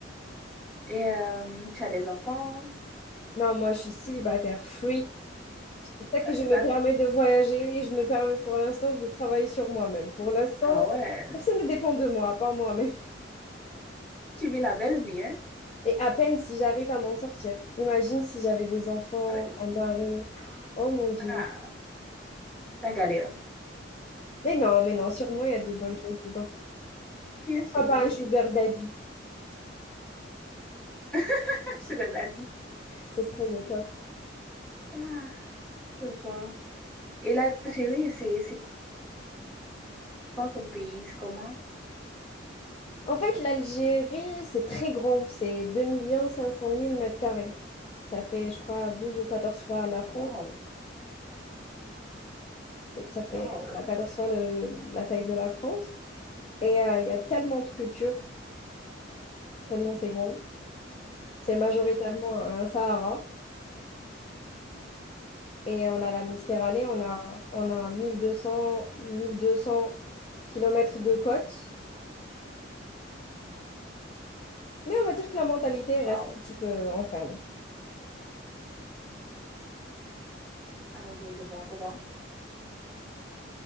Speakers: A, in the centre; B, on the left.
A: Et euh, tu as des enfants.
B: Non, moi je suis célibataire, free. C'est pour ça que je me
A: D'accord.
B: permets de voyager et je me permets pour l'instant de travailler sur moi-même. Pour l'instant,
A: Ah ouais.
B: personne ne dépend de moi, à part moi-même.
A: Tu vis la belle vie, hein?
B: Et à peine si j'arrive à m'en sortir. Imagine si j'avais des enfants,
A: Avec des enfants.
B: un mari. Oh mon Dieu.
A: Ah. La galère.
B: Mais non, mais non, sûrement il y a de bonnes choses dedans.
A: Bien
B: Pourquoi
A: sûr,
B: pas
A: je
B: un
A: sais.
B: sugar daddy?
A: <laughs> Ce que t'as dit.
B: Ce serait le top.
A: Ah, je vois. Et l'Algérie, c'est c'est quoi comme pays? C'est comment?
B: En fait, l'Algérie, c'est très grand. C'est deux millions cinq cent mille mètres carrés. Ça fait, je crois, 12 ou 14 fois la France.
A: Waouh,
B: Euh, Ça fait
A: waouh.
B: voilà, 14 fois le- la taille de la France. Et euh, il y a tellement de cultures, tellement c'est grand. C'est majoritairement
A: Ah,
B: un Sahara. Et on a la Méditerranée, on a, on a 1200, 1200 kilomètres de côte. Mais on va dire que la mentalité
A: waouh.
B: reste un petit peu enfermée.
A: Ah, ok, je vois pourquoi.